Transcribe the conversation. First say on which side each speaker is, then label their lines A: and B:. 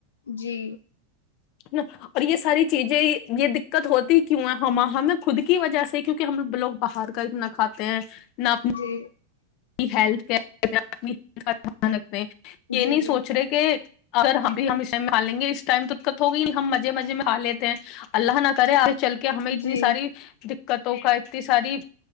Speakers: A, on the left (about 70°); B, on the left (about 40°).
A: جی
B: نہ اور یہ ساری چیزیں یہ دقت ہوتی کیوں ہے ہم ہمیں خود کی وجہ سے کیونکہ ہم لوگ باہر کا اتنا کھاتے ہیں نہ اپنے
A: جی
B: ہیلتھ کا دھیان رکھتے ہیں یہ
A: جی
B: نہیں
A: جی
B: سوچ رہے کہ اگر ہم بھی ہم اس ٹائم کھا لیں گے اس ٹائم تو دقت ہوگی نہیں ہم مزے مزے میں ہا لیتے ہیں اللہ نہ کرے چل کے ہمیں اتنی
A: جی
B: ساری دقتوں کا اتنی ساری